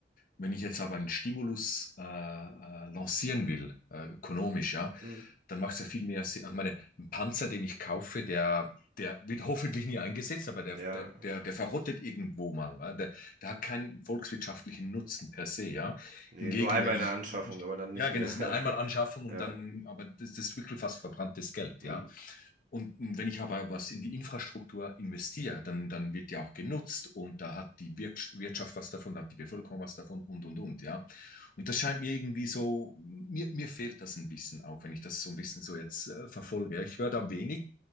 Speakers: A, on the left (about 50°); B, on the right (about 45°).
A: Wenn ich jetzt aber einen Stimulus äh, äh, lancieren will, äh, ökonomisch, ja,
B: hm,
A: dann macht es ja viel mehr Sinn. Ich meine, ein Panzer, den ich kaufe, der, der wird hoffentlich nie eingesetzt, aber der,
B: ja.
A: der, der, der verrottet irgendwo mal. weil Der, der hat keinen volkswirtschaftlichen Nutzen per se, ja.
B: Nee,
A: Hingegen,
B: nur einmal
A: wenn
B: in
A: ich
B: der Anschaffung,
A: ein
B: aber dann nicht
A: ja, genau,
B: mehr.
A: es ist eine Einmalanschaffung
B: <laughs>
A: und
B: Ja,
A: dann,
B: ja,
A: aber das, das ist wirklich fast verbranntes Geld,
B: mhm.
A: ja. Und wenn ich aber was in die Infrastruktur investiere, dann, dann wird ja auch genutzt und da hat die Wir Wirtschaft was davon, da hat die Bevölkerung was davon und, und, und, ja. Und das scheint mir irgendwie so, mir, mir fehlt das ein bisschen, auch wenn ich das so ein bisschen so jetzt äh, verfolge. Ja, Ich höre da wenig.